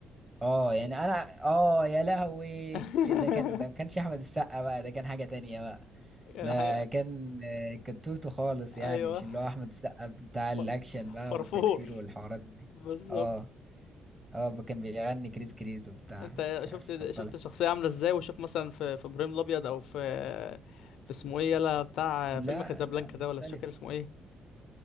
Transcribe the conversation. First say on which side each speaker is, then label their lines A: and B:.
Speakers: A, on the right; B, on the left.
A: اه آه، يعني انا اه يا لهوي
B: <laughs>
A: ده كان ده ما كانش احمد السقا بقى ده كان حاجه تانية بقى
B: يعني
A: ده
B: حاجه
A: كان آه، كتوته خالص
B: ايوه
A: يعني مش اللي هو احمد السقا بتاع الاكشن
B: ف-
A: بقى
B: فرفور
A: والتكسير والحوارات دي
B: بالظبط
A: اه اه كان بيغني كريس كريس وبتاع
B: انت
A: مش
B: شفت
A: عارف كان طالع
B: شفت الشخصيه عامله ازاي وشوف مثلا في في ابراهيم الابيض او في في اسمه ايه يلا بتاع
A: لا
B: فيلم كازابلانكا
A: لا مختلف
B: ده ولا مش فاكر اسمه ايه